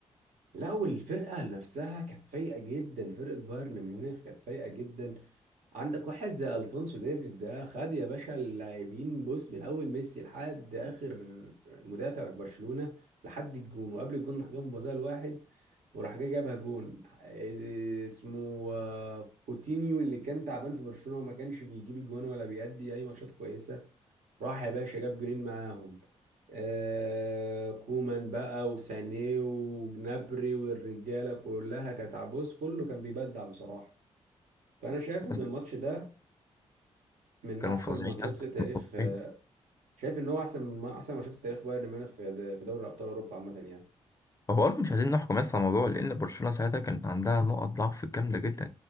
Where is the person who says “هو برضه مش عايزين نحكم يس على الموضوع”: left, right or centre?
Left